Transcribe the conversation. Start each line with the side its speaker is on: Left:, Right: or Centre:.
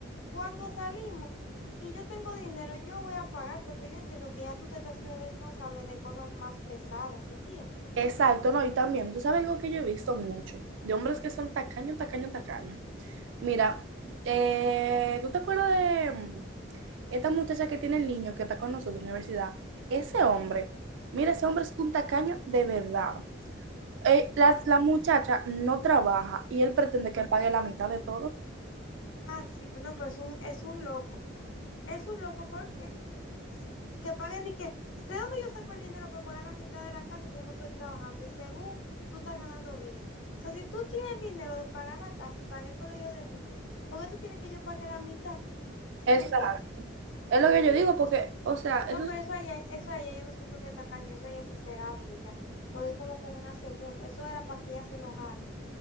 Left: Cuando salimos y yo tengo dinero, yo voy a pagar porque yo entiendo que ya tú te estás siendo responsable de cosas más pesadas, ¿entiendes?
Right: Exacto, no, y también, tú sabes algo que yo he visto mucho, de hombres que son tacaños tacaños tacaños. Mira, eh, ¿tú te acuerdas de mm, esta muchacha que tiene el niño que está con nosotros en la universidad? Ese hombre, mira, ese hombre es un tacaño de verdad. eh, la, la muchacha no trabaja y él pretende que pague la mitad de todo.
Left: Ah, sí, pero no, pero es un, es un loco. Es un loco porque que pague de que, ¿de dónde yo saco el dinero para pagar la mitad de la casa si yo no estoy trabajando? Y según tú estás ganando bien. O sea, si tú tienes el dinero de pagar la casa y pagar el colegio del niño, ¿por qué tú quieres que yo pague la mitad? Si
Right: Exacto.
Left: tú puedes.
Right: Es lo que yo digo, porque, o sea, eso
Left: No, pero
Right: es-
Left: eso allá, eso allá yo no siento que es tacaño, eso allá es miserable ya. Porque es como con una segunda, eso era para que ella se enojara.